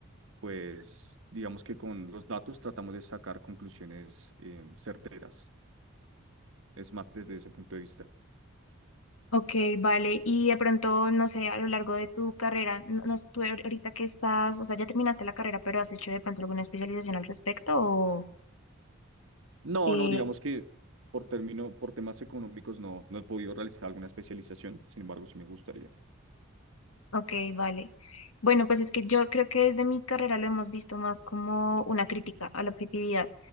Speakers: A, on the right; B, on the left.
A: pues digamos que con los datos tratamos de sacar conclusiones em, certeras. Es más desde ese punto de vista.
B: Ok, vale. Y de pronto, no sé, a lo largo de tu carrera, no, no sé, tú ahor- ahorita que estás, o sea, ya terminaste la carrera, pero has hecho de pronto alguna especialización al respecto o...
A: No,
B: eh,
A: no, digamos que por término, por temas económicos no, no he podido realizar alguna especialización, sin embargo, sí me gustaría.
B: Ok, vale. Bueno, pues es que yo creo que desde mi carrera lo hemos visto más como una crítica a la objetividad.